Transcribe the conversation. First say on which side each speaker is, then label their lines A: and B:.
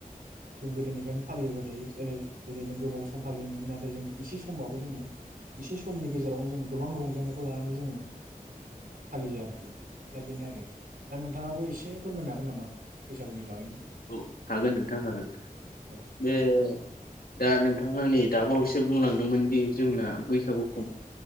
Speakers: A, on the right; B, on the left.
A: जों गोदोनिफ्रायनो फालिबाय थायो जेरै जेरै जों गोबाव सम फालियोमोन नाथाय जों इसे समबाबो जोङो इसे समनि गेजेरावनो जों गोबां रंजानायखौ लानानै जोङो फालियो आरोखि दा बेनो आरो दा नोंथाङाबो बो ए से फोरमायनो हागोन नामा बैसागुनि बागैनो?
B: औ हागोन नोंथां हागोन
A: औ
B: बे दा नोंथाङा नै दाबावसो बुंलांदोंमोन दि जोंना बैसागु
A: औ